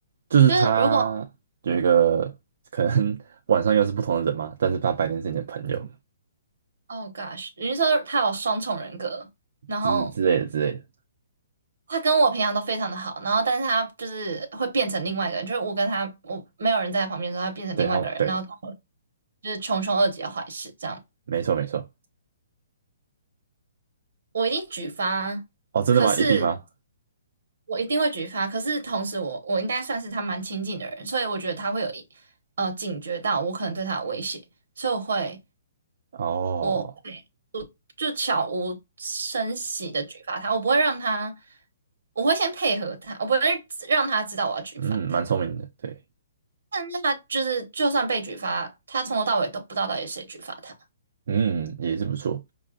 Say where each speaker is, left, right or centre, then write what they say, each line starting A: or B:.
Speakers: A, on the right; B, on the right.
A: 就是他有一个可能
B: 就是如果
A: <laughs> 晚上又是不同的人嘛，但是他白天是你的朋友
B: ，Oh gosh，你是说他有双重人格，然后
A: 之之类的之类的。
B: 他跟我平常都非常的好，然后但是他就是会变成另外一个人，就是我跟他，我没有人在他旁边的时候，他变成另外一个人，
A: 对他，对，
B: 然后就是穷凶恶极的坏事这样，
A: 没错没错。
B: 我一定举发。
A: 哦，真的吗？
B: 可是
A: 一定吗？
B: 我一定会举发，可是同时我我应该算是他蛮亲近的人，所以我觉得他会有一呃警觉到我可能对他有威胁，所以我会
A: 哦。
B: 我会我就悄无声息的举发他，我不会让他，我会先配合他，我不会让他知道我要举发他。
A: 嗯，蛮聪明的，对，
B: 但是他就是就算被举发，他从头到尾都不知道到底谁举发他。
A: 嗯，也是不错。